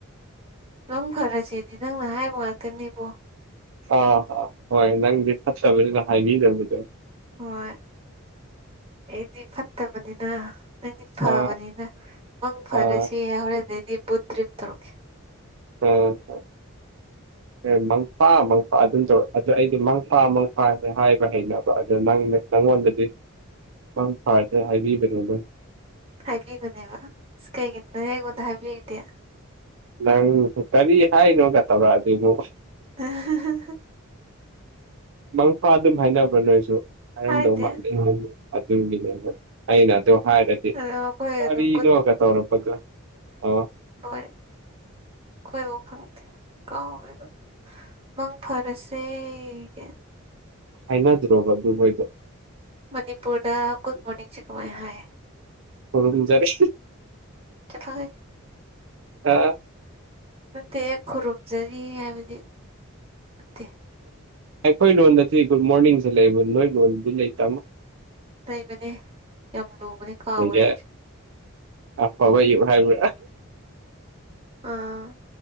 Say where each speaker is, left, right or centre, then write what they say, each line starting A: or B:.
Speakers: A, on the right; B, on the right.
A: ꯅꯪ ꯐꯔꯁꯤꯗꯤ ꯅꯪꯅ ꯍꯥꯏꯕ ꯉꯥꯛꯇꯅꯦꯕꯣ
B: ꯑꯥ ꯑꯥ ꯍꯣꯏ ꯅꯪꯗꯤ ꯐꯠꯇꯕꯕꯁꯤꯗ ꯍꯥꯏꯕꯤꯗꯕꯗꯣ
A: ꯍꯣꯏ ꯑꯩꯗꯤ ꯐꯠꯇꯕꯅꯤꯅ ꯅꯪꯗꯤ ꯐꯕꯅꯤꯅ
B: ꯑꯥ
A: ꯃꯪ ꯐꯔꯁꯤ
B: ꯑꯥ
A: ꯍꯣꯔꯦꯟꯗꯩꯗꯤ ꯕꯨꯠ ꯗ꯭ꯔꯤꯝ ꯇꯧꯔꯛꯀꯦ
B: ꯑꯣ
A: ꯖꯃꯃ
B: ꯑꯦ ꯃꯪꯐꯥ ꯃꯪꯐꯥ ꯑꯗꯨꯝ ꯇꯧꯔꯦ ꯑꯗꯨꯣ ꯑꯩꯗꯤ ꯃꯪꯐꯥ ꯃꯪꯐꯥ ꯍꯥꯏꯕ ꯍꯅꯕ ꯑꯗꯣ ꯅꯪ ꯅꯪꯉꯣꯟꯗꯗꯤ ꯅꯪ ꯐꯔꯁꯦ ꯍꯥꯏꯕꯤꯕꯅꯦꯣ ꯑꯗꯨ
A: ꯍꯥꯏꯕꯤꯕꯅꯦꯕ ꯑꯁ ꯀꯩꯒꯤꯅꯣ ꯅꯪꯅꯦ ꯑꯩꯉꯣꯟꯗ ꯍꯥꯏꯕꯤꯔꯤꯗꯤꯦ
B: ꯅꯪ ꯀꯔꯤ ꯍꯥꯏꯅꯣ ꯀꯥ ꯇꯧꯔꯗꯤ ꯅꯨ
A: <unintelligible>
B: ꯃꯪꯐꯥ ꯑꯗꯨꯝ ꯍꯥꯏꯅꯕ꯭ꯔꯥ ꯅꯣꯏꯁꯨ ꯍꯥꯏꯔꯝꯗꯧ
A: ꯍꯥꯏꯗꯦ
B: ꯃꯥꯥꯟꯗꯦ ꯑꯗꯨꯒꯤꯅꯦ ꯑꯩꯅ ꯑꯗꯨ ꯍꯥꯏꯔꯒ ꯔꯤ
A: ꯑꯗꯣ ꯑꯩꯈꯣꯏ
B: ꯀꯔꯤꯅꯣꯒ
A: ꯑꯗꯨꯝ
B: ꯇꯧꯔꯄ ꯑꯗꯨ ꯑꯥ
A: ꯍꯣꯏ ꯈꯣꯏꯕꯨ ꯈꯪꯗꯦ ꯀꯥꯎꯋꯦꯕ ꯃꯪ ꯐꯔꯁꯦ ꯒꯥ
B: ꯍꯥꯏꯅꯗꯔꯣꯕ ꯑꯗꯨꯕꯣꯏꯗꯣ
A: ꯃꯅꯤꯄꯨꯔꯗ ꯒꯨꯗ ꯃꯣꯔꯅꯤꯡꯖꯦ ꯀꯃꯥꯏ ꯍꯥꯏ
B: ꯈꯨꯔꯨꯝꯖꯥꯔꯤ
A: ꯆꯠꯂꯣꯍꯦ
B: ꯑꯥ
A: ꯅꯠꯇꯦ ꯈꯨꯔꯨꯝꯖꯔꯤ ꯍꯥꯏꯕꯗꯤ ꯅꯠꯇꯦ
B: ꯑꯩꯈꯣꯏ ꯂꯣꯟꯗꯗꯤ ꯒꯨꯗ ꯃꯣꯔꯅꯤꯡꯖꯦ ꯂꯩꯕ ꯅꯣꯏ ꯂꯣꯟꯗꯤ ꯂꯩ ꯇꯥꯃ
A: ꯂꯩꯕꯅꯦ ꯌꯥꯝ ꯂꯨꯕꯅꯦ ꯀꯥꯎꯈ꯭ꯔꯦ
B: ꯂꯩꯌꯦ
A: ꯑꯩꯁꯨ
B: ꯑꯐꯕ ꯑꯌꯨꯛ ꯍꯥꯏꯕ꯭ꯔꯥ
A: ꯑꯥ